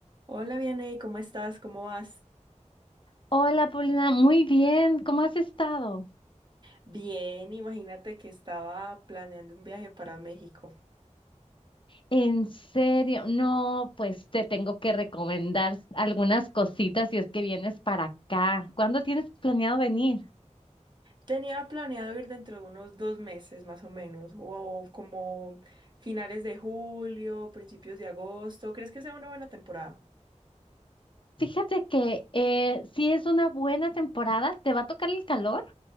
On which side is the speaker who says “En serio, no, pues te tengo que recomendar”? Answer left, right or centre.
Left